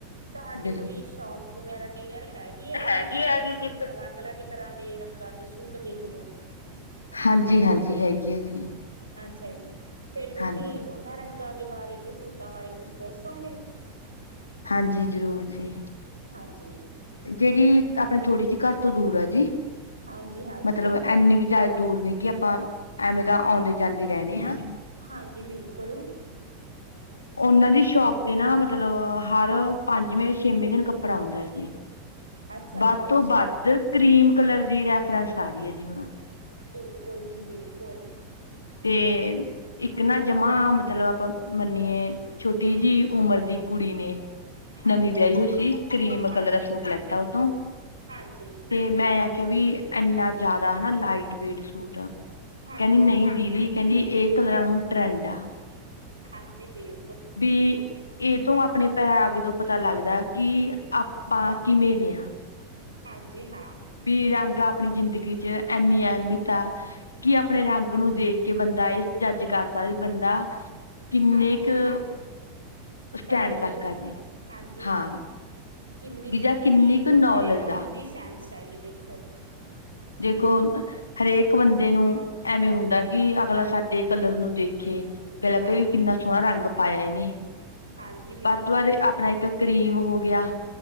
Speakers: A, on the right; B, on the left.
A: ਤੁਹਾਡੇ
B: ਬਿਲਕੁਲ
A: ਕੋਈ ਸ਼ੋਪ ਵਗੈਰਾ ਨੀਅਰ ਹੈਗੀ-ਹੈਗੀ
B: ਹੈਗੀ
A: ਜਿੱਥੇ
B: ਹੈਗੀ
A: ਤੁਸੀਂ
B: ਜੀ
A: ਅਲੱਗ-ਅਲੱਗ ਤਰ੍ਹਾਂ ਦੇ ਰੰਗਾਂ ਦੇ ਸੂਟ ਦੇਖਦੇ ਹੋ?
B: ਹਾਂਜੀ-ਹਾਂਜੀ ਹੈਗੀ ਹੈ ਜੀ।
A: ਅੱਛਾ ਜੀ ਫੇਰ ਤੁਸੀਂ
B: ਹਾਂਜੀ
A: ਉਹਨਾਂ ਰੰਗਾਂ ਦੇ ਬਾਰੇ ਤੇ ਸੂਟਾਂ ਬਾਰੇ ਕੁਛ ਦੱਸੋਗੇ?
B: ਹਾਂਜੀ, ਜ਼ਰੂਰ ਜੀ‌।
A: ਹਾਂਜੀ।
B: ਜਿਹੜੀ ਆਪਣੇ ਥੋੜ੍ਹੀ ਜਿਹੀ ਘਰ ਤੋਂ ਦੂਰ ਹੈ ਜੀ
A: ਹਾਂਜੀ ਹਾਂਜੀ
B: ਮਤਲਬ ਇਨੀ ਵੀ ਜ਼ਿਆਦ ਦੂਰ ਨੀ ਕਿ ਆਪਾਂ ਐਵੇਂ ਤਾਂ ਆਉਂਦੇ-ਜਾਂਦੇ ਰਹਿਣੇ ਹਾਂ।
A: ਹਾਂਜੀ, ਬਿਲਕੁਲ।
B: ਉਹਨਾਂ ਦੀ ਸ਼ੋਪ ਤੇ ਨਾ ਮਤਲਬ ਹਰ ਪੰਜਵੇਂ-ਛੇਵੇਂ ਦਿਨ ਕੱਪੜਾ ਆਉਂਦਾ ਹੈ ਜੇ।
A: ਅੱਛਾ
B: ਬੱਧ
A: ਜੀ
B: ਤੋਂ
A: ਅੱਛਾ
B: ਬੱਧ ਕਰੀਮ ਕਲਰ ਦੀ ਰੈਫਰੈਂਸ ਆ ਰੀ ਏ, ਜੀਵਣਾ।
A: ਬਿਲਕੁਲ ਜੀ ਬਿਲਕੁਲ।
B: ਤੇ ਇੱਕ ਨਾ
A: ਹਾਂਜੀ
B: ਜਮਾ ਮਤਲਬ ਅਪਾਂ ਮੰਨੀਏ ਛੋਟੀ ਜੀ ਉਮਰ ਦੀ ਕੁੜੀ ਨੇ
A: ਹਾਂਜੀ
B: ਨਵੀਂ ਵਿਆਹੀ ਹੋਈ ਸੀ, ਕਰੀਮ
A: ਹਾਂਜੀ,
B: ਕਲਰ ਦਾ ਸੂਟ ਲੈਤਾ ਉਤੋ
A: ਹਾਂਜੀ,
B: ਤੇ ਮੈਂ ਆ ਕਵੀ ਐਨਾ ਜੈਦਾ ਹਨਾ ਲਾਈਟ ਵੇਟ ਸੂਟ ਅ,
A: ਹਾਂਜੀ,
B: ਕੈੰਦੀ ਨਹੀਂ ਵੀ ਕੈੰਦੀ, ਏ ਕਲਰਾਂ ਹੁਣ ਟਰੈਂਡ ਆ।
A: ਹਾਂਜੀ, ਬਿਲ
B: ਬੀ ਇਹ ਤੋਂ ਆਪਣੇ ਪੈਹਰਾਵੇ ਤੋਂ ਪਤਾ ਲੱਗਦੈ ਕਿ ਆਪਾਂ ਕਿਵੇਂ ਦੇ ਹਾਂ?
A: ਹਾਂਜੀ, ਹਾਂ।
B: ਬੀ ਰੰਗਾ ਅਪਣੀ ਜ਼ਿੰਦਗੀ ਚ ਏਨੀ ਅਹਿਮੀਅਤ ਆ ਕਿ ਅਪਣੇ ਰੰਗ ਨੂੰ ਦੇਖ ਕੇ ਬੰਦਾ ਇਸ ਜੱਜ ਕਰ ਸਈ ਬੰਦਾ, ਕਿੰਨੇ
A: ਹਾਂਜੀ
B: ਕ ਸਟੈਂਡ
A: ਪੜ੍ਹਿਆ ਲਿਖਿਆ
B: ਤੱਕ ਆ
A: ਹੈ
B: ਜੀ,
A: ਹਾਂਜੀ
B: ਹਾਂ।
A: ਕਿੰਨੀ
B: ਬੀ
A: ਕੁ
B: ਜਾ
A: ਉਹਨੂੰ
B: ਕਿੰਨੀ
A: ਵੀ
B: ਕ
A: ਕੱਪੜੇ
B: ਨੋਲੇਜ
A: ਪਾਉਣ
B: ਆ।
A: ਦੀ ਸੈਂਸ ਹੈਗੀ ਦੇਖੋ
B: ਦੇਖੋ, ਹਰੇਕ
A: ਹਾਂਜੀ।
B: ਬੰਦੇ ਨੂੰ ਐਵੇਂ ਹੁੰਦਾ ਕਿ ਅਗਲਾ ਸਾਡੇ ਕਲਰ ਨੂੰ ਦੇਖੇ ਪੈਲਾ
A: ਹਾਂਜੀ,
B: ਕ ਵੀ ਕਿੰਨਾ ਸੋਹਣਾ ਰੰਗ ਪਾਇਆ ਐਨੇ
A: ਹਾਂਜੀ ਬਿਲਕੁਲ
B: ਵੱਧ ਤੋਂ ਵੱਧ ਦੇ ਆਪਣਾ ਇੱਕ ਕਰੀਮ ਹੋ ਗਿਆ